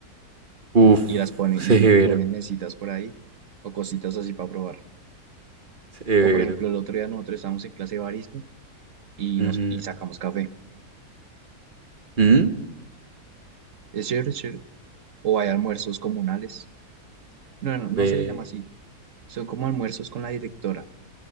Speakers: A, on the right (about 30°); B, on the right (about 55°).
A: Uf,
B: y las ponen
A: <laughs>
B: y
A: severo,
B: ponen mesitas por ahí o cositas así para probar.
A: severo.
B: O por ejemplo, el otro día nosotros estábamos en clase de barismo y
A: Ujú.
B: nos y sacamos café.
A: ¿Mm?
B: Es chévere, es chévere. O hay almuerzos comunales. No, no, no
A: Ve.
B: se le llama así. Son como almuerzos con la directora.